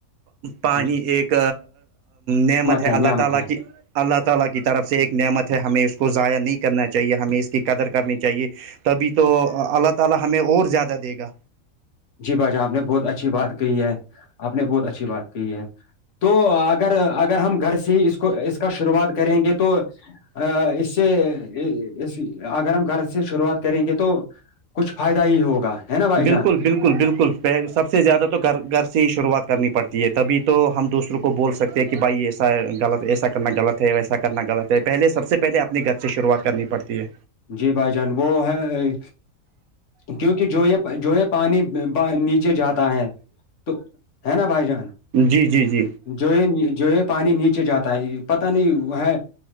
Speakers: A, on the left; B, on the right.
A: جان
B: پانی ایک نعمت ے
A: ہے
B: اللہ
A: نعمت
B: تعالی
A: ہے
B: اللہ تعالی کی طرف سے ایک نعمت ہے ہمیں اس کو ضائع نہیں کرنا چاہیے ہمیں اس کی قدر کرنی چاہیے تبھی تو اللہ تعالی ہمیں اور زیادہ دے گا
A: جی بھ جان آپ نے بہت اچھی بات کہ ہے آپ نے بہت اچھی بات کہ ہے تو اگر اگر ہم گھر سے ہی اس کو اس کا شروعات کریں گے تو ا اس سے اس اگر ہم گھر سے شروعات کریں گے تو کچھ فائدہ ہی ہوگا ہے نا بھائی
B: بالکل
A: جان
B: بالکل بالکل پہ سب سے زیادہ تو گھر گھر سے ہی شروعات کرنی پڑتی ہے تبھی تو ہم دوسروں کو بول سکتے ہیں کہ بھائی ایسا غلط ایسا کرنا غط ہے ویسا کرنا غلط ہے پہلے سب سے پہلے اپنی ط سے شروعات کرنی پڑتی ہے
A: جی بھائی جان وہ ہے کیونکہ جو یہ جو یہ پانی نیچے جاتا ہے تو ہے نا بھائی جان
B: جی جی جی
A: جو جو پانی نیچے جاتا ہے پت نہیں ہے